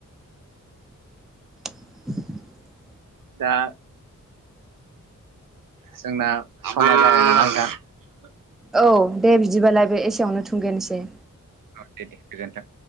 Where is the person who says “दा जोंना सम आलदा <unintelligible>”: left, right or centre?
Right